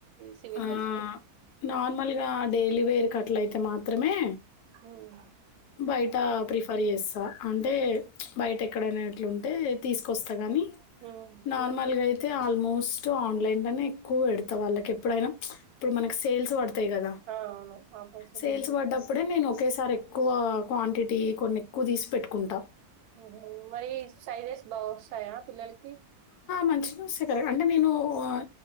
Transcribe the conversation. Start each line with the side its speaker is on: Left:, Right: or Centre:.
Right: సివిల్
Left: ఆ
Right: డ్రెస్సెస్
Left: నార్మల్గా డైలీ వేర్ కట్ అట్లయితే మాత్రమే
Right: హ్మ్
Left: బయట ప్రిఫర్ చేస్తా అంటే బయట ఎక్కడైనా అట్లుంటే తీసుకొస్తా కానీ
Right: ఉమ్.
Left: నార్మల్ గా అయి అయితే ఆల్మోస్ట్ ఆన్లైన్ లోనే ఎక్కువ పెడతా వాళ్ళకి ఎప్పుడైనా ఇప్పుడు మనకి సేల్స్ పడతాయి కదా
Right: ఆ, అవును ఆఫర్స్ ఉన్నప్పుడు
Left: సేల్స్ పడ్డప్పుడే నేను ఒకేసారి ఆ క్వాంటిటీ కొన్ని ఎక్కువ తీసి పెట్టుకుంటాం
Right: ఓహో మరి సైజెస్ బాగా వస్తాయా పిల్లలకి
Left: మంచిగనే వస్తాయి కరెక్ట్. అంటే నేను ఆ